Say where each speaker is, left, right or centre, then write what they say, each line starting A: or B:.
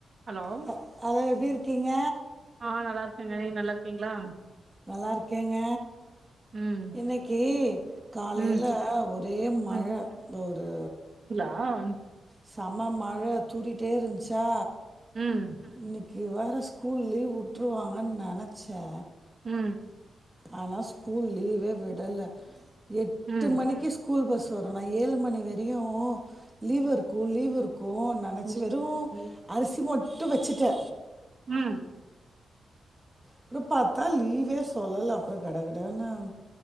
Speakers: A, on the right; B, on the right.
A: Hello
B: ஹ hello எப்டி இருக்கீங்க
A: ஆ நல்லா இருக்கேங்க நீங்க நல்லா இருக்கீங்ளா
B: நல்லா இருக்கேங்க
A: ம்
B: இன்னைக்கி காலைல
A: ம்
B: ஒரே மழ
A: ம்
B: ஒரு
A: ஆ வந்
B: செம மழ தூறிட்டே இருந்த்ச்சா
A: ம்
B: இன்னைக்கி வேற ஸ்கூல் லீவ் விட்ருவாங்கன் நெனச்சே
A: ம்
B: ஆனா ஸ்கூல் லீவே விடல எட்டு
A: ம்
B: மணிக்கு ஸ்கூல் பஸ் வரு நா ஏழு மணி வரையு லீவ் இருக்கு லீவ் இருக்கு ந னச்சி
A: முஞ்சிச்சு
B: வெறு
A: ம்
B: அரிசி மட்டு வச்சுட்டே
A: அ
B: அப்றோ பார்த்தா லீவே சொல்லல அப்றோ கடகடன்னு